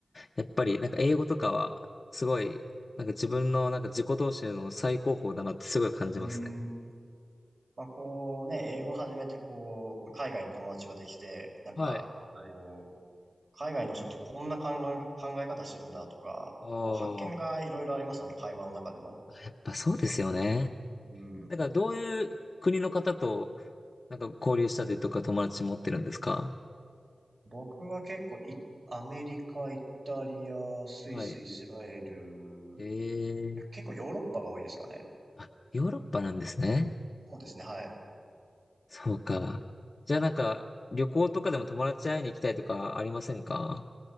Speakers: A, on the left (about 55°); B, on the right (about 55°).
A: やっぱりなんか英語とかはすごい、なんか自分のなんか自己投資の最高峰だなってすごい感じますね。
B: うん。まあこうね、英語始めてこう、海外の友達ができて、なんか、
A: はい。
B: はい。こう、海外の人ってこんな考え、考え方してるんだとか、
A: お
B: こう発見がいろいろありましたね、
A: ー、
B: 会話の中でも。
A: あやっぱそうですよね。
B: うん。
A: だからどういう国の方となんか交流したりとか友達持ってるんですか
B: 僕は結構い、アメリカ、イタリア、スイス、
A: はい。
B: イスラエル、
A: ええ
B: 結構ヨーロッパが多いですかね。
A: あ、ヨーロッパなんですね。
B: そうですね、はい。
A: そうか。じゃあなんか、旅行とかでも友達会いに行きたいとかありませんか